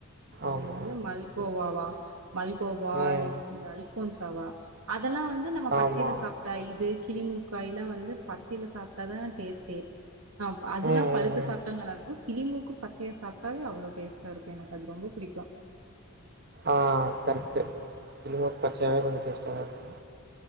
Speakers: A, on the right; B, on the right.
A: அது
B: ஆமா
A: என்னது மல்கோவாவா மல்கோவா
B: ம்
A: நெக்ஸ் ட்டு இந்த அல்ஃபோன்சவா அதெல்லா வந்து நம்ம பச்சையில
B: ஆமா
A: சாப்ப ட்டா இது கிளிமூக்காயல்லா வந்து பச்சையில சாப்பிட்டாதா டேஸ்டே அப் அதெல்லா
B: ம்
A: பழு
B: ம்
A: து
B: ம்
A: சாப்பிட்டால நல்லாருக்கு கிளிமூக்கு பச்சைய சாப்பிட்டாவே அவ்ளோ டேஸ்ட்டாக இருக்கு எனக்கது ரொம்ப புடிக்கு
B: ஆ கரெக்டு கிளிமூக்கு பச்சாவே கொஞ்சோ டேஸ்ட்டா தா இருக்கு